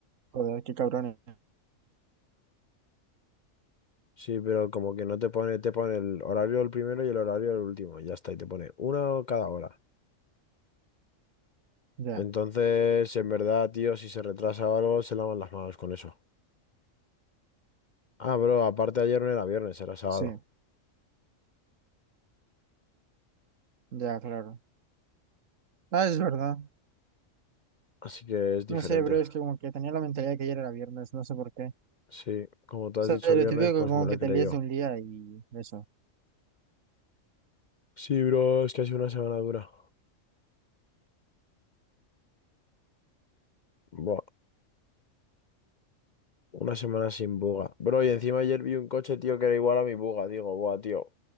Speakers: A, on the right; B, on the left.
A: Joder, qué cabrones.
B: Sí, pero como que no te pone, te pone el horario del primero y el horario del último, ya está, y te pone una cada hora.
A: Ya,
B: Entonces, en verdad, tío, si se retrasa o algo, se lavan las manos con eso. Ah, bro, aparte ayer no era viernes, era sábado,
A: sí, ya, claro. Ah, es verdad.
B: así que es diferente.
A: No sé, bro, es que como que tenía la mentalidad de que ayer era viernes, no sé por qué.
B: Sí, como tú
A: sea,
B: has dicho
A: lo
B: viernes,
A: típico
B: pues
A: que como
B: me lo
A: que
B: he creído.
A: te líes de un día y eso.
B: Sí, bro, es que ha sido una semana dura. Buah. Una semana sin buga. Bro, y encima ayer vi un coche, tío, que era igual a mi buga. Digo, buah, tío.